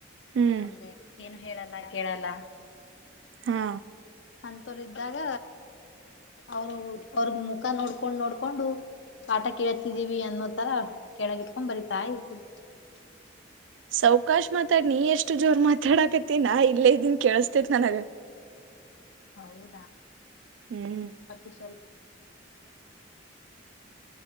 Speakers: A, on the right (about 70°); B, on the left (about 70°).
A: ಹ್ಮ್
B: ಅಂದ್ರೆ ಏನ್ ಹೇಳಲ್ಲ ಕೇಳಲ್ಲ.
A: ಹಾ.
B: ಅಂತವರು ಇದ್ದಾಗ ಅವರು ಅವ್ರ ಮುಖ ನೋಡ್ಕೊಂಡ್ ನೋಡ್ಕೊಂಡು ಪಾಟ ಕೇಳತಿದೀವಿ ಅನ್ನೋ ತರ ಕೆಳಗ ಇಟ್ಕೊಂಡ್ ಬರಿತಾ ಇರ್ತೀವಿ.
A: ಸೌಕಾಶ್ ಮಾತಾಡ್ ನೀ ಎಷ್ಟು ಜೋರ್ ಮಾತಾಡಾಕತ್ತಿ ನಾ ಇಲ್ಲೇ ಇದ್ದೀನ್ ಕೇಳಸ್ತೇತ್ ನನಗ.
B: ಹೌದಾ
A: ಹ್ಮ್
B: ಅದು ಸ್ವಲ್ಪ್.